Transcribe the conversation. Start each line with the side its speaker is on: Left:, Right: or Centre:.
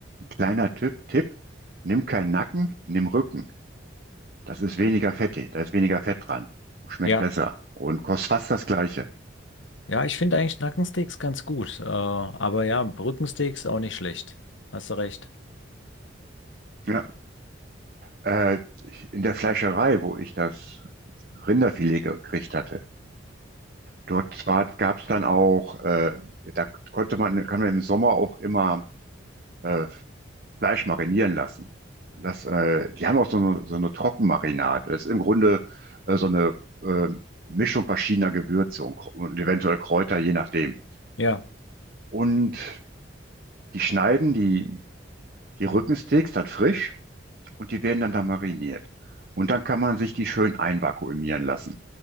Right: Kleiner Tipp, Tipp, nimm keinen Nacken, nimm Rücken. Das ist weniger
Left: Hm.
Right: fettig, da ist weniger Fett dran. Und Schmeckt
Left: Ja.
Right: besser und kostet fast das Gleiche.
Left: Ja, ich finde eigentlich Nackensteaks ganz gut. Äh, aber ja, Rückensteaks auch nicht schlecht. Hast du recht.
Right: Ja, äh, in der Fleischerei, wo ich das Rinderfilet gekriegt hatte, dort zwar gab es dann auch, äh, da konnte man, kann man im Sommer auch immer äh, Fleisch marinieren lassen. Das, äh, die haben auch so eine, so eine Trockenmarinade. Das ist im Grunde äh, so eine äh, Mischung verschiedener Gewürze und, und eventuell Kräuter, je nachdem.
Left: Ja,
Right: Und die schneiden die, die Rückensteaks dann frisch und die werden dann da mariniert. Und dann kann man sich die schön einvakuumieren lassen.